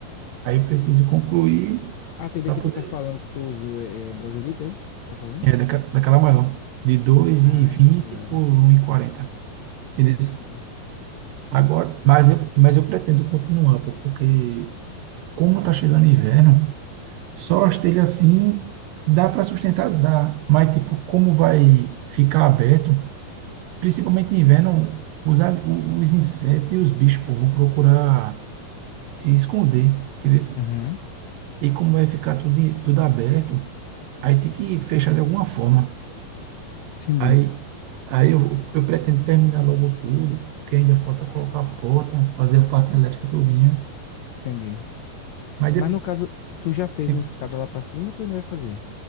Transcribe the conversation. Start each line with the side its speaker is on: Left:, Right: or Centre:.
Right: Aí preciso concluir
Left: A telha
Right: para
Left: que
Right: poder.
Left: tu tá falando que tu usou é, é brasileira, é? Tá falando?
Right: É, daca- daquela maior. De dois
Left: Ah,
Right: e vinte
Left: tá ligado.
Right: por um e quarenta. Entendeu?
Left: Entendi.
Right: Agora, mas eu, mas eu pretendo continuar, pô, porque como tá chegando inverno. Só telha assim dá para sustentar, dá. Mas, tipo, como vai ficar aberto, principalmente em inverno, os, a- os insetos e os bichos, pô, vão procurar se esconder. Entendeu?
Left: Uhum,
Right: E como vai ficar tudo, em- tudo aberto, aí tem que fechar de alguma forma.
Left: entendi,
Right: Aí, aí eu, eu pretendo terminar logo tudo, porque ainda falta colocar a porta, fazer a parte elétrica todinha.
Left: entendi.
Right: Mas, de,
Left: Mas no caso, tu já fez
Right: sim,
Left: uma escada lá pra cima, tu ainda vai fazer.